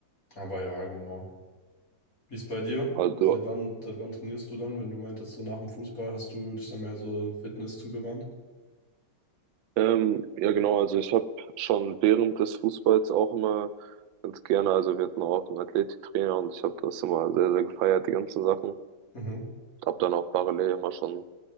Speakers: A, on the left; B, on the right.
A: Aber ja, genau. Wie ist bei dir?
B: Also,
A: Seit wann, seit wann trainierst du dann? Wenn du meintest, so nach dem Fußball hast du dich dann mehr so Fitness zugewandt?
B: ähm, ja genau, also ich habe schon während des Fußballs auch immer ganz gerne, also wir hatten auch einen Athletiktrainer und ich habe das immer sehr, sehr gefeiert, die ganzen Sachen.
A: Mhm,
B: Habe dann auch parallel immer schon